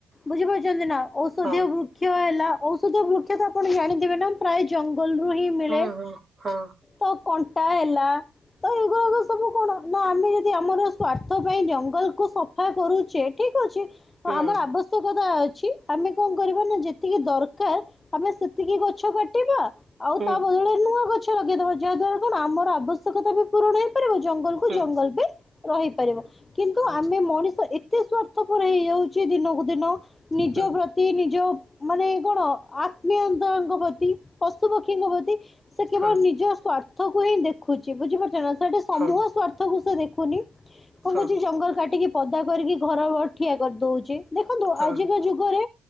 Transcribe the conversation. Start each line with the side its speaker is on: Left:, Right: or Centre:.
Left: ବୁଝିପାରୁଛନ୍ତି ନା। ଔଷଧୀୟ
Right: ହଁ
Left: ବୃକ୍ଷ ହେଲା ଔଷଧୀୟ ବୃକ୍ଷ ତ ଆପଣ ଜାଣିଥିବେ ନା ପ୍ରାୟ ଜଙ୍ଗଲରୁୁ ହିଁ ମିଳେ
Right: ହଁ ହଁ ହଁ
Left: ତ କଣ୍ଟା ହେଲା। ତ ଏଗୁାଡ଼ାକ ସବୁ କଣ ନା ଆମେ ଯଦି ଆମର ସ୍ଵାର୍ଥ ପାଇଁ ଜଙ୍ଗଲକୁ ସଫ ସଫା କରୁଚେ ଠିକ୍ ଅଛି।
Right: ହୁଁ
Left: ଆମର ଆବଶ୍ୟକତା ଅଛି ଆମେ କଣ କରିବା ନା ଯେତିକି ଦରକାର ତମେ ସେତିକି ଗଛ କା ଆଉ
Right: ହୁଁ
Left: ତା ବଦଳରେ ନୂଆ ଗଛ ଲଗେଇଦବା ଯାହା ଦ୍ଵାରା କଣ ଆମର ଆବଶ୍ୟକତା ବି ପୂରଣ ହେଇ ପାରିବ ଜଙ୍ଗଲକୁୁ
Right: ହୁଁ
Left: ଜଙ୍ଗଲ ବି ରହିପାରିବ। କିନ୍ତୁ
Right: ହଁ
Left: ଆମେ ମଣିଷ ଏତେ ସ୍ଵାର୍ଥପର ହେଇଯାଉଚେ ଦିନକୁ ଦିନ ନିଜ
Right: ହୁଁ
Left: ପ୍ରତି ନିଜ ମାନେ କଣ ଆତ୍ମୀୟତାଙ୍କ ପ୍ରତି ପଶୁପକ୍ଷୀଙ୍କ ପ୍ରତି ସେ କେବଳ
Right: ହଁ
Left: ନିଜ ସ୍ଵାର୍ଥ କୁ ହିଁ ଦେଖୁଛି ବୁଝିପାରୁଛ ନା। ସେଟା ସମୂହ
Right: ହଁ
Left: ସ୍ୱାର୍ଥ କୁ ସେ ଦେଖୁନି କଣ କହୁଛି
Right: ହଁ
Left: ଜଙ୍ଗଲ କାଟିକି ପଦା କରିକି ଘର ଠିଆ କରିଦଉଛି ଦେଖନ୍ତୁ
Right: ହଁ
Left: ଆଜିକା ଯୁଗରେ